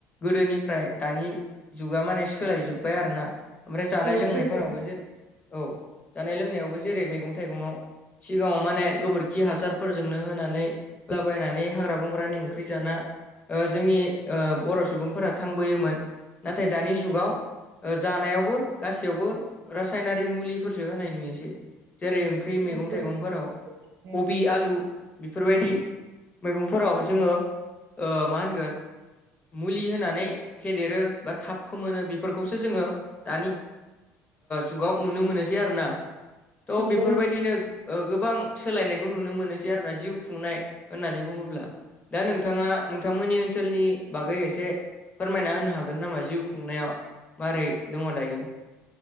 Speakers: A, on the left; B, on the right.
A: गोदोनिफ्राय दानि जुगा माने सोलाय जोबबाय आरो ना ओमफ्राय जानाय
B: औ
A: लोंनायफोरावबो
B: सैथो
A: जेरै औ जानाय लोंनायावबो जेरै मैगं थाइगयाव सिगाङाव माने गोबोरखि हासारफोरजोंनो होनानै होलाबायनानै हाग्रा बंग्रानि ओंख्रि जाना जोंनि बर' सुबुंफोरा थांबोयोमोन नाथाय दानि जुगाव जानायावबो गासैयावबो रासायनारि मुलिफोरसो होनाय नुयोसै जेरै ओंख्रि
B: नंगौ
A: मैगं थाइगंफोराव
B: थारैनो,
A: कबि आलु बेफोरबायदि मैगंफोराव जोङो मा होनगोन मुलि होनानै फेदेरो बा थाब फोमोनो बेफोरखौसो जोङो दानि जुगाव नुनो मोनोसै आरोना थ'
B: नंगौ
A: बेफोरबायदिनो
B: नोंथां
A: गोबां सोलायनायखौ नुनो मोनोसै आरो ना जिउ खुंनाय होननानै बुङोब्ला दा नोंथाङा नोंथांमोननि ओनसोलनि बागै एसे फोरमायना होनो हा गोन नामा जिउ खुंनायाव माबारै दङ दायो